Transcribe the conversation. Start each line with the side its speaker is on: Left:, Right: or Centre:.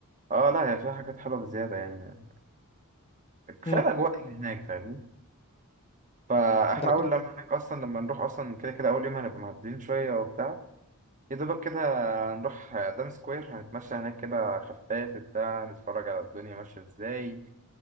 Right: اه لا هي فيها حاجات حلوة بزيادة يعني كفاية
Left: مم.
Right: الاجواء اللي هناك فاهمني فاحنا
Left: ده
Right: اول
Left: كده
Right: لما
Left: كده
Right: هناك اصلا لما نروح اصلا كده كده اول يوم هنبقى معدلين شوية وبتاع يا دوبك كده هنروح دام سكوير هنتمشى هناك كده خفاف بتاع نتفرج على الدنيا ماشية ازاي